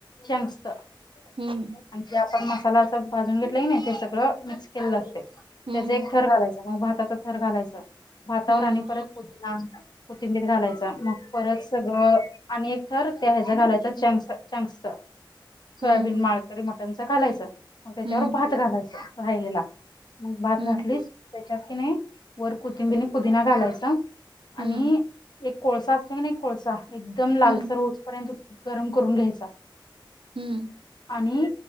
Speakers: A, on the left; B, on the right.
A: चंक्स आणि
B: हम्म
A: आपण मस्त मसाल्याच भाजून घेतलं की नाही ते सगळं मिक्स केलंल असतय
B: हम्म
A: त्याच एक थर घालायचं मग भाताचा थर घालायचं भातावर
B: हम्म
A: आणि परत कोथिंबीर घालायचा मग परत सगळं आणि तर त्या घालायच चं चंक्स सोयाबीन
B: हम्म
A: माळकरी मट त्यांच कालायचं मग त्याच्यावर
B: हम्म
A: भात घालायच राहिलेला मग भात
B: हम्म
A: घातलीच त्याच्यात की नाही वर कोथिंबिर पुदिना घालायचं
B: हम्म
A: आणि
B: हम्म
A: एक कोळसा नाही <unintelligible> कोळसा एकदम लालसर
B: हम्म
A: गरम करून घ्यायचा
B: हम्म
A: आणि